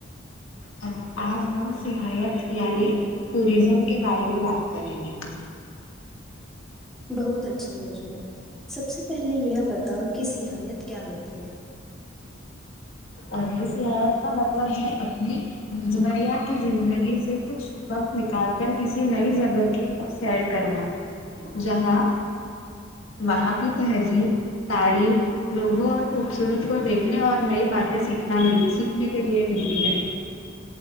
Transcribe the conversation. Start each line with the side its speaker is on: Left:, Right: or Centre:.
Left: ہ <unintelligible> آج ہم سحایت یعنی ٹوریزم کے بارے میں بات کریں گے
Centre: بہت اچھا موجوع ہے سب سے پہلے یہ بتاؤ کہ سحایت کیا ہوتی ہے
Left: ار سحایت کا مطلب یہ ہے کہ <unintelligible> کی زندگی سے کچھ وقت نکال کر کسی نئی جگہ کی سیر کرنا جہاں مہاگیت ہے جی تاریخ لوگوں اور خوبصورت کو دیکھنے اور نئی باتیں سیکھنا مل سیکھنے کے لیے ملتی ہے